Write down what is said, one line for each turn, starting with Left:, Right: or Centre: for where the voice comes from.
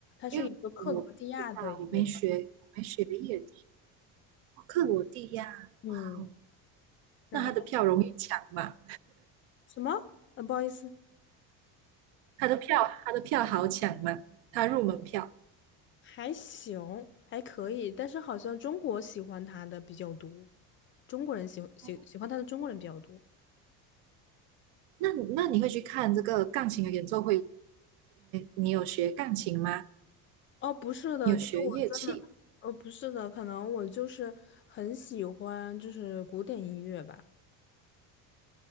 Right: 因为我不知道，
Left: 是一个克罗地亚的一个，
Right: 我没学，我没学乐理。哦克罗地亚，
Left: 嗯，
Right: 哇哦，
Left: 然后
Right: 那他的票容易抢吗？
Left: 什么？呃，不好意思，
Right: 他的票，他的票好抢吗？他入门票。
Left: 还行，还可以，但是好像中国喜欢他的比较多，中国人喜喜喜欢他的中国人比较多。
Right: 哦，那那你会去看这个钢琴的演奏会？你有学钢琴吗？
Left: 哦，不是的，
Right: 你有学乐器？
Left: 就是我真的，呃，不是的，可能我就是很喜欢就是古典音乐吧，